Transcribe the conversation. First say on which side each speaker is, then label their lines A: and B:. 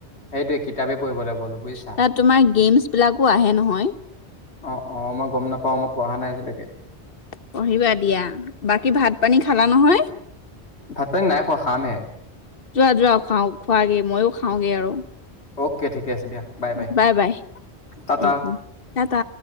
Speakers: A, on the left; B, on the left.
A: সেইটোৱে কিতাপে পঢ়িব লাগিব অলপ বুজিছা।
B: তাত তোমাৰ গেমছবলাকো আহে নহয়।
A: অ', মই গম নাপাও, মই পঢ়া নাই আজিলৈকে।
B: পঢ়িবা দিয়া, বাকী ভাত পানী খালা নহয়?
A: ভাত পানী নাই খোৱা খামহে।
B: যোৱা-যোৱা খুৱও খোৱাগে, ময়ো খা খাওঁগে আৰু।
A: অকে ঠিকে আছে দিয়া, বাই-বাই
B: বাই বাই।
A: টাটা।
B: উম, উম। টাটা।